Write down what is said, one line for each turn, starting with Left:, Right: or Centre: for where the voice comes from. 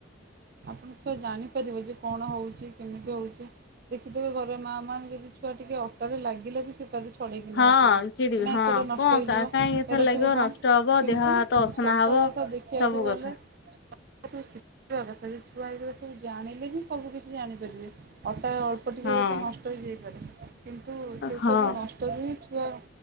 Right: ଆପଣ ଛୁଆ ଜାଣିପାରିବ ଯେ କଣ ହଉଚି କେମିତି ହଉଚି ଦେଖିଥିବେ ଘର ମାଆ ମାନ ଯଦି ଛୁଆ ଟିକେ ଅ ତରେ ଲାଗିଲା ବି ସେ ତା ପଳେଇକିନି
Left: ହଁ
Right: ଆସନ୍ତି
Left: ଚିଡିବି
Right: କି ନାଇଁ
Left: ହଁ
Right: ସେଟା ନଷ୍ଟ
Left: କଣ
Right: ହେଇଯିବ
Left: କାହିଁ
Right: ।
Left: ଏଥର
Right: ଏରା
Left: ଲାଗିବ
Right: ସବୁ କଣ?
Left: ନଷ୍ଟ ହବ
Right: କିନ୍ତୁ
Left: ଦେହ ହାତ ଅସନା
Right: ସତ।
Left: ହବ।
Right: ତକଥା ଦେଖିବାକୁ
Left: ସବୁ
Right: ଗଲେ
Left: କଥା
Right: ଏ ସବୁ ସିଖ୍ ଶିଖିବା କଥା। ଯଦି ଛୁଆ ଏଇଗୁରା ସବୁ ଜାଣିଲେ ହିଁ ସବୁ କିଛି ଜାଣିପାରିବେ। ଅଟା ତ ଟିକେ
Left: ହଁ
Right: ହୁଏ ତ ନଷ୍ଟ ହେଇଯାଇପାରେ। କିନ୍ତୁ ସେସବୁ
Left: ହଁ
Right: ନଷ୍ଟରୁ ହିଁ ଛୁଆ